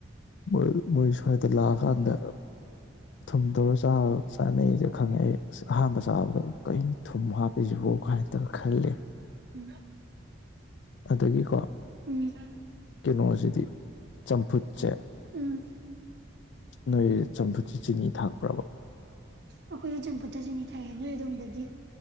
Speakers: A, on the left; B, on the right.
A: ꯃꯣꯏ ꯃꯣꯏ ꯁ꯭ꯋꯥꯏꯗ ꯂꯥꯛꯑꯀꯥꯟꯗ ꯊꯨꯝ ꯇꯧꯔ ꯆꯥꯅꯩꯁꯦ ꯈꯪꯉꯦ ꯑꯩ ꯑꯁ ꯑꯍꯥꯟꯕ ꯆꯥꯕꯗ ꯀꯩꯅꯧ ꯊꯨꯝ ꯍꯥꯞꯄꯤꯁꯤꯕꯣ ꯀꯥꯏꯅ ꯈꯜꯂꯦ
B: ꯎꯝ
A: ꯑꯗꯨꯗꯒꯤ ꯀꯣ
B: ꯎꯝ ꯎꯝ
A: ꯀꯩꯅꯣꯁꯤꯗꯤ ꯆꯝꯐꯨꯠꯁꯦ
B: ꯎꯝ
A: ꯅꯣꯏ ꯆꯝꯐꯨꯠꯁꯦ ꯆꯤꯅꯤ ꯊꯥꯛꯄ꯭ꯔꯕ
B: ꯑꯩꯈꯣꯏꯒꯤ ꯆꯝꯄꯨꯠꯇ ꯆꯤꯅꯤ ꯊꯥꯛꯑꯦ ꯅꯣꯏ ꯑꯗꯣꯝꯗꯒꯤ